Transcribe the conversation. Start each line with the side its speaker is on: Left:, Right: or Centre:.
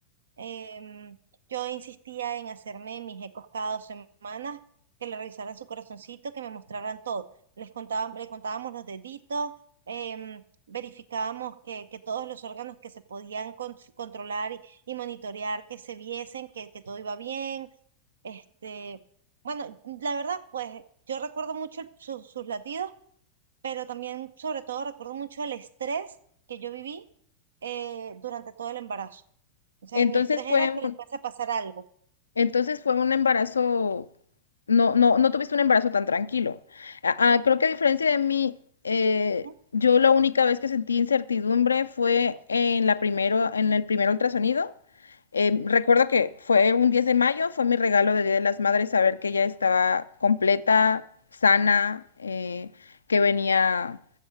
Right: Em, yo insistía en hacerme mis ecos cada dos semanas, que le revisaran su corazoncito, que me mostraran todo. Les contaban, le contábamos los deditos, em, verificábamos que, que todos los órganos que se podían con- controlar y, y monitorear, que se viesen, que, que todo iba bien este, bueno, la verdad, pues yo recuerdo mucho el- su- sus latidos, pero también, sobre todo, recuerdo mucho el estrés que yo viví eh, durante todo el embarazo. O sea,
Left: Entonces
Right: y mi estrés
Left: fue,
Right: era que le fuese a pasar algo.
Left: Entonces fue un embarazo, no, no, no tuviste un embarazo tan tranquilo. A- a- creo que a diferencia de mí, eh,
Right: Ujú.
Left: yo la única vez que sentí incertidumbre fue en la primero, en el primer ultrasonido. Eh, recuerdo que fue un 10 de mayo, fue mi regalo de Día de las Madres saber que ella estaba completa, sana, eh, que venía